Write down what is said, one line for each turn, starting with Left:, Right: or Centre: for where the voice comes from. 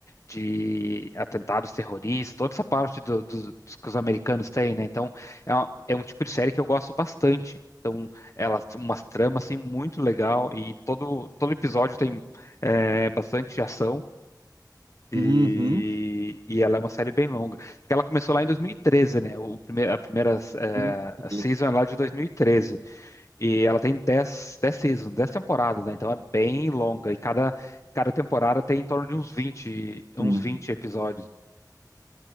Left: de atentados terroristas, toda essa parte do- do- dos que os americanos têm, né? Então, é, uma- é um tipo de série que eu gosto bastante. Então, ela tem umas tramas, assim, muito legal e todo, todo episódio tem é, bastante ação. E,
Right: Uhum.
Left: e ela é uma série bem longa. Porque ela começou lá em 2013, né? O prime- a primeira eh,
Right: Muito. bem.
Left: season é lá de 2013. E ela tem 10, 10 seasons, 10 temporadas, né? Então é bem longa. E cada, cada temporada tem em torno de uns vinte,
Right: Ótimo.
Left: uns 20 episódios.